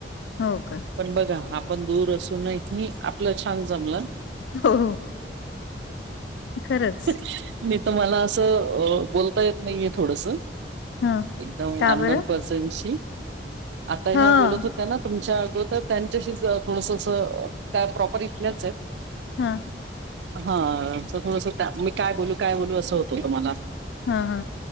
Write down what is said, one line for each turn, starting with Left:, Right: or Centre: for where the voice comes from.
Left: हो का
Right: पण बघा आपण दूर असून नात नाही आपलं छान जमलं
Left: हो खरंच
Right: नाही तर मला असं बोलता येत नाहीये थोडस
Left: ह
Right: एकदम
Left: का
Right: अननोन
Left: बरं
Right: पर्सनशी आता
Left: हां,
Right: ह्या बोलत होत त्यां तुमच्या अगोदर त्यांच्याशी थोडस अस काय प्रॉपर इथल्याच आहे
Left: हा
Right: हा थ मी काय बोलू काय बोलू असं होत होत मला
Left: हा हा